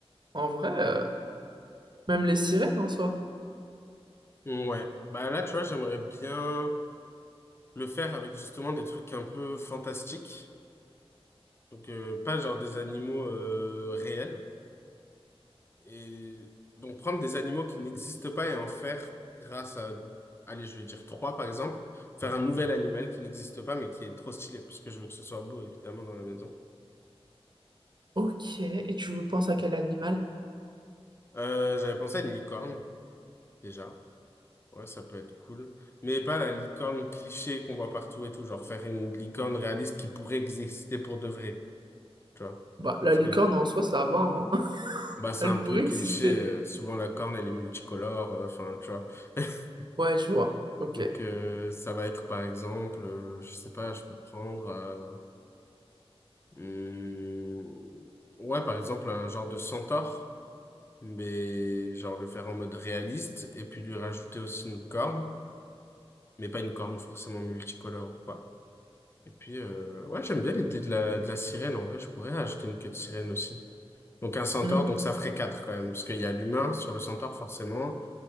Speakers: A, on the right (about 45°); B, on the left (about 25°).
A: en vrai, euh, même les sirènes en soi.
B: Ouais, bah là, tu vois, j'aimerais bien le faire avec justement des trucs un peu fantastiques. Donc, euh, pas genre des animaux euh, réels. Et donc, prendre des animaux qui n'existent pas et en faire grâce à, allez, je vais dire trois par exemple, faire un nouvel animal qui n'existe pas mais qui est trop stylé parce que je veux que ce soit beau évidemment dans la maison.
A: Ok, et tu veux penser à quel animal?
B: Euh, j'avais pensé à une licorne déjà. Ouais, ça peut être cool. Mais pas la licorne cliché qu'on voit partout et tout, genre faire une licorne réaliste qui pourrait exister pour de vrai. tu vois.
A: Bah, la
B: Parce
A: licorne
B: que
A: en soi, ça va, hein. <laughs>
B: bah, c'est
A: Elle
B: un peu
A: pourrait
B: cliché,
A: exister.
B: euh, souvent la corne, elle est multicolore, euh, enfin, tu vois. <laughs>
A: Ouais, je vois. Ok.
B: Donc, euh, ça va être, par exemple, euh, je sais pas, je peux prendre... euh, hum, ouais, par exemple, un genre de centaure, mais genre le faire en mode réaliste, et puis lui rajouter aussi une corne, mais pas une corne forcément multicolore ou quoi. Et puis, euh, ouais, j'aime bien l'idée de la, de la sirène. En vrai, je pourrais ajouter une queue de sirène aussi. Donc un centaure,
A: Hmm.
B: donc ça ferait quatre quand même, parce qu'il y a l'humain sur le centaure forcément,